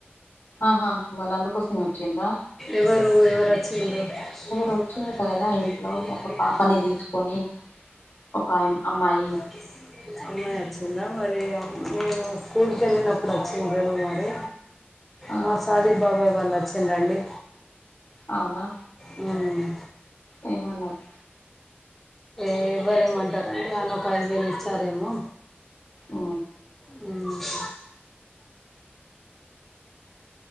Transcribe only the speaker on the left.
ఆహా వాళ్ళు అందుకోసమే వచ్చిండ్రా
ఎవరో వచ్చిండట
కదా ఇంట్లో
ఒక పాపని
తీసుకొని ఒక ఆయమ్- అమ్మాయి
ఆ
అవునా.
ఏమన్నార్.
ఓ.